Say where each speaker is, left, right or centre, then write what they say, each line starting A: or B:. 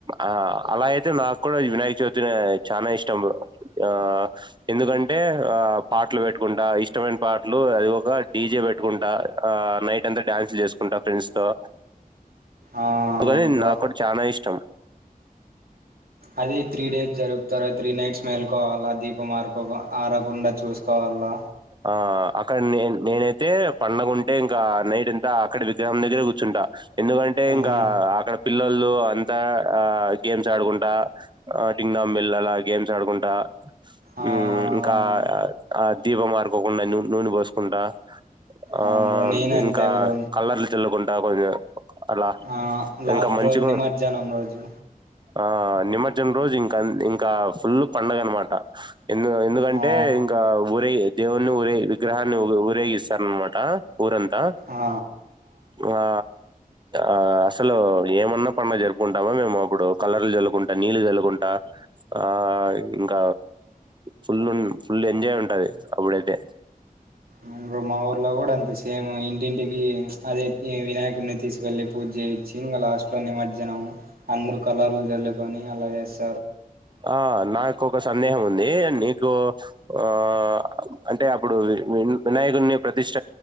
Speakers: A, on the right; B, on the right.
A: ఆ అలా అయితే, నాకు కూడ వినాయక చవితి నె చాన ఇష్టం బ్రో. ఆ ఎందుకంటే, ఆ పాటలు పెట్టుకుంటా, ఇష్టమైన పాటలు అది ఒక డీజే పెట్టుకుంటా, ఆ నైట్ అంతా డ్యాన్స్లు చేసుకుంటా ఫ్రెండ్స్ తో,
B: ఆ
A: అందుకని
B: అవును బ్రో
A: నాకు కూడా చానా ఇష్టం
B: అది త్రీ డేస్ జరుపుతారా, త్రీ నైట్స్ మే కోవాలా దీపం ఆరుకో, ఆరకుండా చూసుకోవాల.
A: ఆ అక్కడ నే నేనైతే, పండగ ఉంటే ఇంక నైట్ అంతా అక్కడ విగ్రహం దగ్గరే కూర్చుంటా. ఎందుకంటే,
B: అవును
A: ఇంక అక్కడ పిల్లొల్లు అంతా ఆ గేమ్స్ ఆడుకుంటా, డింగ్ డాంగ్ బెల్ అలా గేమ్స్ ఆడుకుంటా,
B: ఆ
A: మ్ ఇంకా,
B: అవునవును
A: ఆ దీపం ఆరుకోకుండా నూనె పోసుకుంటా, ఆ
B: అవును బ్రో నేను అంతే
A: ఇంకా
B: బ్రో
A: కల్లర్లు చల్లుకుంటా, కొంచెం అలా
B: ఆ లాస్ట్
A: ఇంక మంచిగ
B: రోజు నిమజ్జనం రోజు
A: ఆ నిమజ్జనం రోజు ఇంక ఇంకా, ఫుల్ పండగనమాట. ఎందు ఎందుకంటే,
B: ఆ
A: ఇంక ఊరే దేవుణ్ణి ఊరే విగ్రహాన్ని ఊరేగిస్తారనమాట. ఊరంతా.
B: ఆ
A: ఆ ఆ అస్సలు ఏమన్న పండగ జరుపుకుంటామా మేము, అప్పుడు కలర్లు జల్లుకుంటా, నీళ్ళు జల్లుకుంటా, ఆ ఇంక ఫుల్ న్ ఫుల్ ఎంజాయ్ ఉంటది ఇంక. అబ్బుడైతే.
B: మ్ బ్రో మా ఊర్లో కూడా అంతె సేమ్. ఇంటింటికి, అదే వినాయకుడిని తీసుకెళ్ళి పూజ చేయిచ్చి ఇంగ లాస్ట్ లో నిమజ్జనం. అందరుూ కలర్లు జల్లుకొని అలాగే స్
A: ఆ నాకు ఒక సందేహం ఉంది. దీ నీకు ఆ అంటే, అప్పుడు వినాయకుడిని ప్రతిష్ఠ